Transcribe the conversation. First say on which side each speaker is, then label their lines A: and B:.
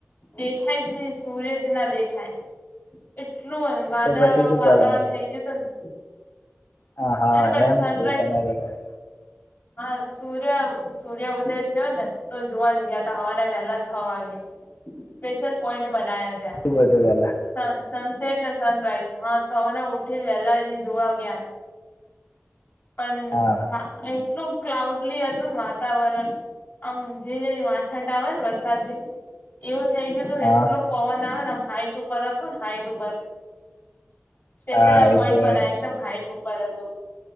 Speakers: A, on the left (about 40°); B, on the left (about 75°).
A: દેખાય જ નહી સૂર્ય જ ના દેખાય એટલું વાદળા
B: તો પછી
A: વાળું
B: શું કરવાનું
A: વાતાવરણ થઈ ગયું હતું ને
B: હા હા
A: અને પણ
B: એમ
A: સનરાઈઝ
B: શું કે ન દેખાય
A: <inaudible> હા સૂર્ય સૂર્ય ઉદય થયો ને તો જોવા જ ગયા તા હવારના વહેલા છ વાગે સ્પેશિયલ પોઈન્ટ બનાયા
B: બધું પેલા
A: ત્યા સનસેટ ને સનરાઈઝ હા તો હવે ઉઠીને વેલા એ જોવા ગયા પણ
B: હા
A: એટલું ક્લાઉડલી હતું ને વાતાવરણ આમ જીણી જીણી વાછત આવે ને વરસાદની એવું થઈ ગયું તુ ને
B: હા
A: એટલુ પવન આવે ને આમ હાઈટ ઉપર હતું ને હાઈટ ઉપર સ્પેશલપોઈન્ટ
B: હા એ તો
A: એવા બનાયા એકદમ હાઇટ ઉપર હતું.